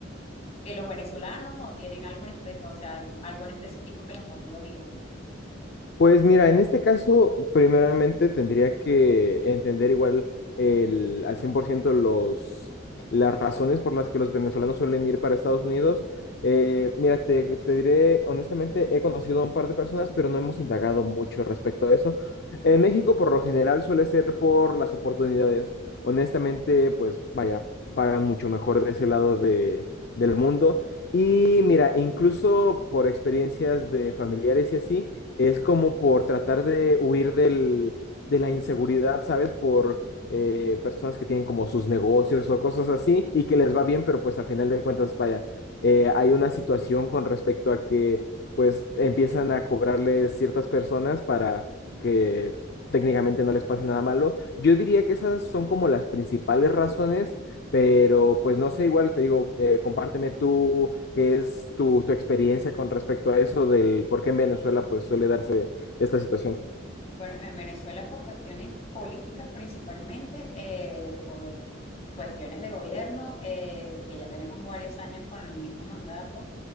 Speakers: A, on the left; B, on the left.
A: que los venezolanos o tienen algo en espe- o sea, algo en específico que los motiva a migrar.
B: Pues mira, en este caso, primeramente tendría que entender igual el, al 100% los, las razones por las que los venezolanos suelen ir para Estados Unidos. Eh, mira, te, te diré, honestamente, he conocido a un par de personas, pero no hemos indagado mucho respecto a eso. En México, por lo general, suele ser por las oportunidades. Honestamente, pues vaya, pagan mucho mejor de ese lado de, del mundo. Y mira, incluso por experiencias de familiares y así es como por tratar de huir del, de la inseguridad, ¿sabes? Por eh, personas que tienen como sus negocios o cosas así y que les va bien, pero pues a final de cuentas, vaya, eh, hay una situación con respecto a que pues empiezan a cobrarles ciertas personas para que técnicamente no les pase nada malo. Yo diría que esas son como las principales razones pero pues no sé, igual te digo, eh, compárteme tú qué es tu, tu experiencia con respecto a eso del por qué en Venezuela pues suele darse esta situación.
A: Bueno, en Venezuela por cuestiones políticas principalmente, eh, por cuestiones de gobierno, eh, que ya tenemos varios años con el mismo mandato,